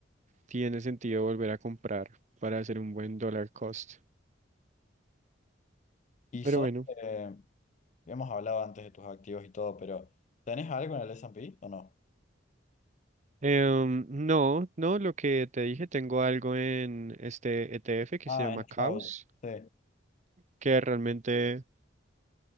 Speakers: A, on the right; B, on the left.
A: tiene sentido volver a comprar para hacer un buen dollar cost.
B: Y
A: Pero
B: sos,
A: bueno,
B: eh, hemos hablado antes de tus activos y todo, pero ¿tenés algo en el S&P o no?
A: em, no, no, lo que te dije, tengo algo en este ETF que
B: Ah,
A: se llama
B: en
A: Caos,
B: house, sí.
A: que realmente,